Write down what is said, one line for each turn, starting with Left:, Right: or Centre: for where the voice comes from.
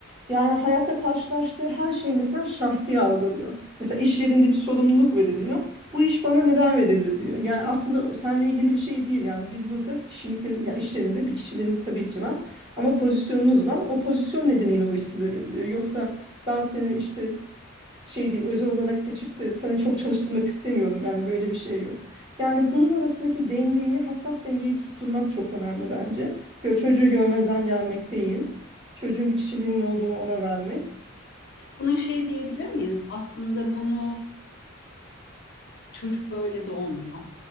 Right: Yani hayatta karşılaştığı her şeyi mesela şahsi algılıyor. Mesela iş yerinde bir sorumluluk veriliyor bu iş bana neden verildi diyor. Yani aslında seninle ilgili bir şey değil. Yani biz burada kişilikleri, ya işlerinde bir kişiliğiniz tabii ki var. Ama pozisyonunuz var. O pozisyon nedeniyle o iş size veriliyor. Yoksa ben seni işte şey değil özel olarak seçip de sana çok çalıştırmak istemiyorum. Yani böyle bir şey yok. Yani bunun arasındaki dengeyi, hassas dengeyi tutturmak çok önemli bence. Gö- çocuğu görmezden gelmek değil. Çocuğun bir kişiliğinin olduğunu ona vermek.
Left: Buna şey diyebilir miyiz? Aslında bunu e, çocuk böyle doğmuyor.